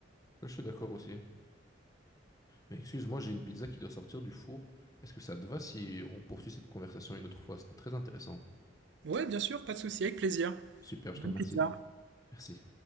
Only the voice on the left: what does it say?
Là, je suis d'accord aussi. Mais excuse-moi, j'ai une pizza qui doit sortir du four. Est-ce que ça te va si on poursuit cette conversation une autre fois? C'était très intéressant.
Super, je
te remercie.
Merci.